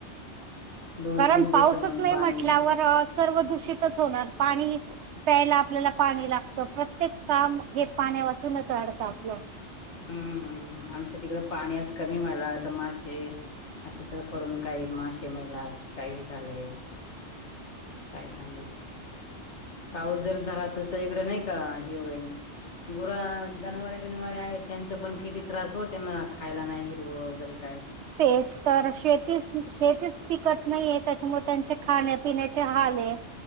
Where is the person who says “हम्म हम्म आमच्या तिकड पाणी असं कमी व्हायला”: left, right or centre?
Left